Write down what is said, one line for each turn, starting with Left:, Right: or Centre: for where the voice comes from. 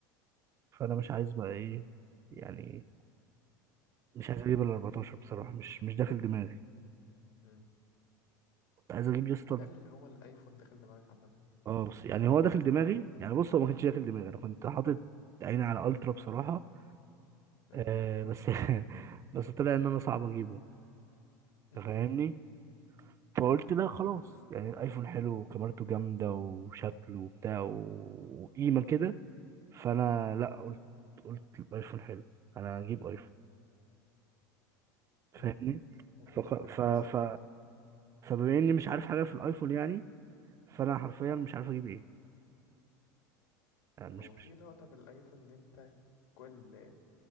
Right: فانا مش عايز بقى ايه يعني مش عايز اجيب ال 14 بصراحه مش مش داخل دماغي
Left: مم.
Right: كنت عايز اجيب يا اسطى
Left: هل هو الأيفون داخل دماغك عامة؟
Right: اه بس يعني هو داخل دماغي يعني بص هو ما كانش داخل دماغي انا كنت حاطط عيني على الترا بصراحه
Left: مم.
Right: آه بس <laughs> بس طلع ان انا صعب اجيبه
Left: امم
Right: انت فاهمني فقلت لا خلاص يعني الايفون حلو وكاميرته جامده وشكله وبتاع و- وقيمه كده فانا لا
Left: مم.
Right: قلت قلت الايفون حلو انا هجيب ايفون
Left: اه
Right: فاهمني
Left: وفي
Right: فق...
Left: الآخر
Right: ف... ف...
Left: استقريت طبعا
Right: فبما اني مش عارف حاجه في الايفون يعني فانا حرفيا مش عارف اجيب ايه آه، مش
Left: هو في
Right: مش
Left: لقطة في الأيفون إن أنت كل